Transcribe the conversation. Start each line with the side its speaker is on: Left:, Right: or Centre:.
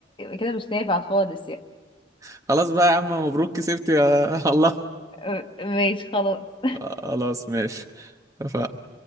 Left: كده مش نافع خالص يعني
Right: <laughs> خلاص بقى يا عم مبروك كسبت يا <laughs> الله
Left: آه، ماشي خلاص
Right: خلاص ماشي اتفقنا.